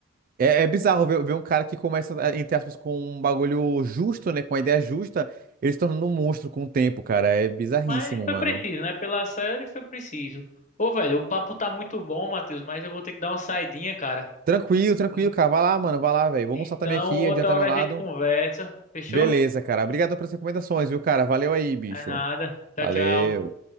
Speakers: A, on the right (about 45°); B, on the left (about 35°).
A: É, é bizarro ver, ver um cara que começa, a- entre aspas, com um bagulho justo, né, com uma ideia justa, ele se tornando um monstro com o tempo, cara. É bizarríssimo,
B: Mas foi
A: mano.
B: preciso, né? Pela série foi preciso. Ô, velho, o papo tá muito bom, Matheus, mas eu vou ter que dar uma saidinha, cara.
A: Tranquilo, tranquilo,
B: E-
A: cara. Vai lá, mano, vai lá, velho. Vou
B: Então,
A: almoçar também aqui,
B: outra
A: adiantar
B: hora
A: meu lado.
B: a gente conversa. Fechou?
A: Beleza, cara. Obrigado pelas recomendações, viu, cara? Valeu aí, bicho.
B: É nada. Tchau,
A: Valeu.
B: tchau.